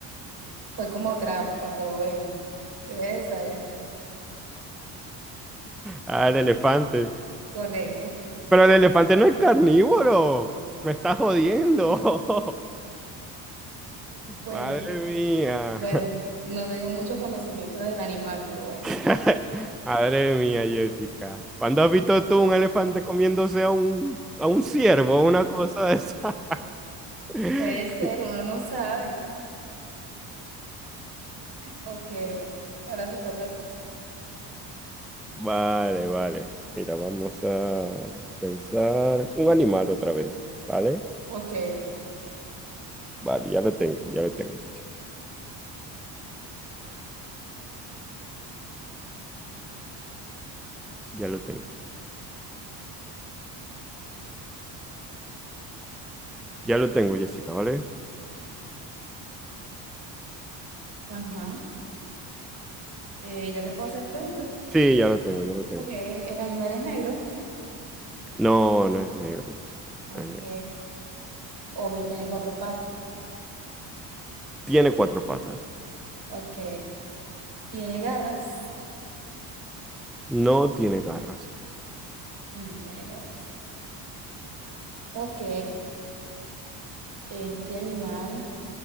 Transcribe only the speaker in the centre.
Ah, el elefante.
Pero el elefante no es carnívoro. Me estás jodiendo. <laughs>
Madre mía.
<laughs> Madre mía, Jessica. ¿Cuándo has visto tú un elefante comiéndose a un, a un ciervo o una cosa de esa? <laughs>
Vale, vale. Mira, vamos a pensar un animal otra vez, ¿vale?
Vale, ya lo tengo, ya lo tengo, Jessica. Ya lo tengo. Ya lo tengo, Jessica, ¿vale?
Sí, ya lo tengo, ya lo tengo.
No, no es negro, Jessica.
No es negro.
Tiene cuatro patas.
No tiene garras.